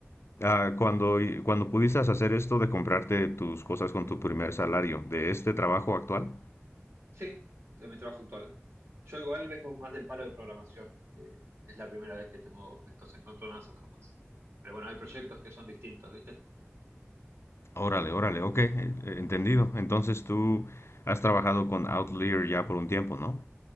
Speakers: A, on the left; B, on the right.
A: Ah, cuando, y- cuando pudiste hacer esto de comprarte tus cosas con tu primer salario de este trabajo actual.
B: Sí, de mi trabajo actual. Yo igual vengo más del palo de programación. eh, es la primera vez que tengo estos encontronazos capaz. Pero bueno, hay proyectos que son distintos, ¿viste?
A: Órale, órale, ok, eh, eh, entendido. Entonces tú has trabajado con Outlier ya por un tiempo, ¿no?